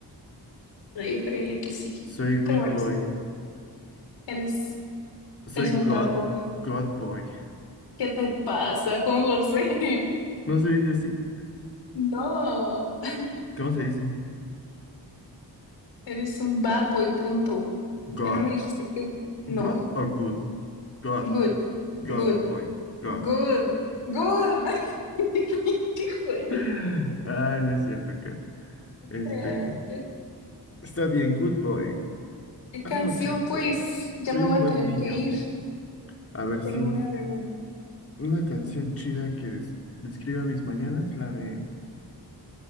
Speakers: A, on the left (about 85°); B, on the left (about 35°).
A: Yo creería que sí.
B: Soy good
A: Pero bueno,
B: boy.
A: esto eres.
B: Soy
A: Es un
B: God,
A: bad boy.
B: God boy.
A: ¿Qué te pasa, Juan José? <laughs>
B: ¿No se dice así?
A: No. <laughs>
B: ¿Cómo se dice?
A: Eres un bad boy, punto.
B: God.
A: Ya no me dijiste que... No.
B: God o good. God.
A: Good.
B: God
A: Good.
B: boy. God.
A: Good. Good. <laughs> Pinche Juan.
B: <laughs> Ay, no es cierto que. Este,
A: Eh,
B: está bien, good boy.
A: ¿Qué canción,
B: I'm a good
A: pues?
B: boy.
A: Ya
B: Soy
A: me voy
B: un
A: a
B: buen
A: tener
B: niño.
A: que ir.
B: A ver
A: Tengo
B: si
A: una reunión.
B: una canción chida que des- describa mis mañanas, la de